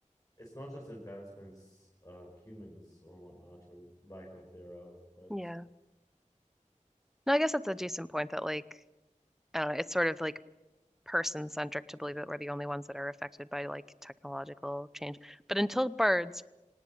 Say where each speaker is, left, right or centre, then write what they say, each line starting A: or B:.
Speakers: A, on the left (about 25°); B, in the centre.
A: it's not just advancements of humans or whatnot or lack of thereof, but
B: Yeah. No, I guess that's a decent point that like, I don't know, it's sort of like person-centric to believe that we're the only ones that are affected by like technological change. But until birds